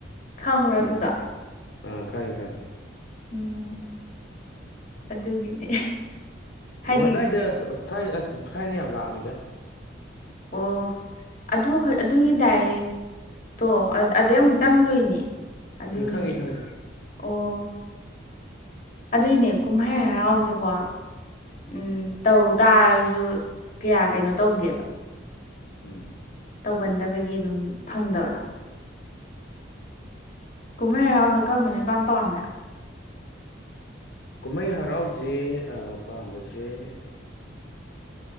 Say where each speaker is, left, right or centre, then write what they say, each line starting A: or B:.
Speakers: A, on the left; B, on the left.
A: ꯈꯪꯕ꯭ꯔꯣ
B: ꯈꯪꯉꯦ
A: ꯑꯗꯨꯗ
B: ꯑꯥ ꯈꯪꯉꯦ ꯈꯪꯉꯦ
A: ꯎꯝ ꯑꯗꯨꯒꯤꯅꯤ ꯍꯥꯏꯗꯤ
B: ꯑꯣ ꯑꯗꯥꯏꯗ ꯊꯥꯏ ꯊꯥꯏꯅ ꯌꯥꯝ ꯂꯥꯛꯑꯝꯃꯤꯗ
A: ꯑꯣ ꯑꯗꯨ ꯍ ꯑꯗꯨꯒꯤ ꯗꯥꯏꯔꯦꯛ ꯇꯣ ꯑꯗꯩ ꯑꯃꯨꯛ ꯆꯪꯗꯣꯏꯅꯦ ꯑꯗꯨꯒꯤꯅꯦ
B: ꯎꯝ ꯈꯪꯉꯦ ꯈꯪꯉꯦ
A: ꯑꯣ ꯑꯗꯨꯏꯅꯦ ꯀꯨꯝꯍꯩ ꯍꯔꯥꯎꯁꯤꯀꯣ ꯎꯝ ꯇꯧ ꯇꯥꯔꯁꯨ ꯀꯌꯥ ꯀꯩꯅꯣ ꯇꯧꯗꯦꯕ
B: ꯎꯝ
A: ꯇꯧꯒꯟꯗꯕꯒꯤ ꯑꯗꯨꯝ ꯐꯪꯗꯕꯗꯣ ꯀꯨꯝꯍꯩ ꯍꯔꯥꯎꯗ ꯀꯔꯝꯕꯅ ꯄꯥꯝ ꯄꯥꯝꯃꯦ
B: ꯀꯨꯝꯍꯩ ꯍꯔꯥꯎꯁꯦ ꯄꯥꯝꯕꯁꯦ ꯀꯣ ꯑ